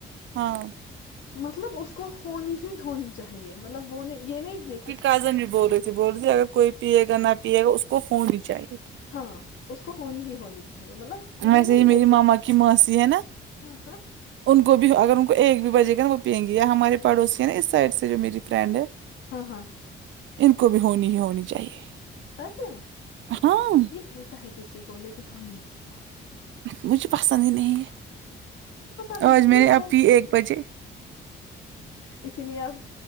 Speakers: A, on the right; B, on the left.
A: ہاں
B: مطلب اس کو ہونی ہی ہونی چاہیے مطلب وہ یہ نہیں ہے کہ
A: رازن نہیں بول رہے بول رہی اگر کوئی پیے گا نہ پیے گا اس کو فون ہی چاہیے
B: ہاں اس کو ہونی ہی ہونی چاہیے مطلب یہ
A: ویسے
B: نہیں
A: ہی میری
B: ہے کہ
A: ماما کی ماںسی ہے نا
B: ہاں ہاں
A: ان کو بھی اگر ان کو ایک بھی بجے گا نا وہ پئیں گی یا ہمارے پڑوسی ہے نا اس سائڈ سے جو میری فرینڈ ہے
B: ہاں ہاں
A: ان کو بھی ہونی ہی ہونی چاہیے
B: فرق میں
A: ہاں
B: یہ ہوتا ہے کسی کو لیکن ہم نہیں پیتا
A: مجھے پسند ہی نہیں ہے
B: پتا نہیں
A: آج میں
B: یہ
A: نے اب
B: ہے
A: پی ایک بجے
B: اسی لیے اب